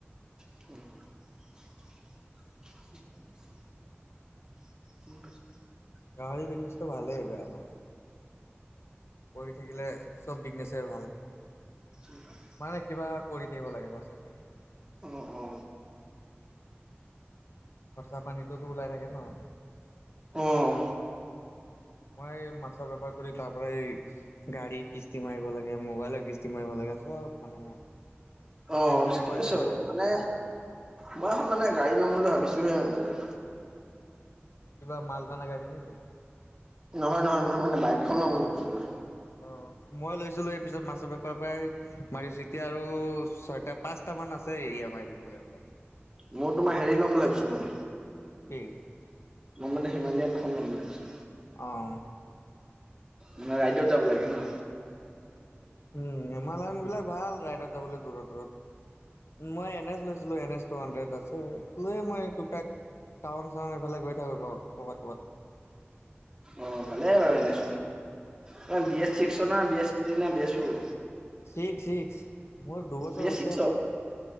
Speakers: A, on the right; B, on the left.
A: <unintelligible> <unintelligible>
B: গাহৰি বিজনেছতটো ভালেই বেয়া নহয়। পঢ়ি থাকিলে চব বিজনেছে ভাল।
A: <inaudible>
B: মানে কিবা কৰি থাকিব লাগে বাচ হেতুৱেই
A: অ অ।
B: খৰ্চা পানীতোটো ওলাই থাকে ন।
A: অহ।
B: মই মাছৰ বেপাৰ কৰি তাৰ পৰাই এই গাড়ী কিস্তি মাৰিব লাগে, মোবাইলৰ কিস্তি মাৰিব লাগে চব মানে
A: অ
B: মেইনটেইন
A: ঠিকে
B: কৰি
A: আছে
B: থাকিব
A: বাও,
B: লাগে
A: মানে মই এখন মানে গাড়ী ল'ম বুলি ভাবিছোহে মানে এইবাৰ।
B: কিবা মালটানা গাড়ী নেকি?
A: নহয় নহয় মই মানে বাইকখন লম বুলি ভাবিছোঁ এইবাৰ।
B: অ মই লৈছিলো সেই পিছত মাছৰ বেপাৰৰ পৰাই মাৰি আছো এতিয়া আৰু ছয়টা পাঁচ টামান আছে ই এম আই দিবলৈ আৰু বাক-
A: মোৰ তোমাৰ হেৰি ল'ম ভাবিছোঁ মই।
B: কি?
A: মই মানে হিমালয়ান এখন ল'ম বুলি ভাৱিছো।
B: অ ও।
A: মানে ৰাইডত যাব লাগে ন।
B: উম, হিমালয়ন বিলাক ভাল ৰাইডত যাবলৈ দূৰত দূৰত উম, মই এন এছ লৈছিলো এন এছ- টু হাণ্ড্ৰেড আছে লৈ মই টুপটাক টাউং চাউন এইফালে গৈ থাকো ৰ ক'বাত ক'বাত।
A: অ ভালেই বাৰু এন এছ খন B A six, B A three নে, B A four.
B: Six six মোৰ দুবছৰ
A: বি এছ
B: হৈছে
A: ছিক্সৰ
B: হে লোৱা।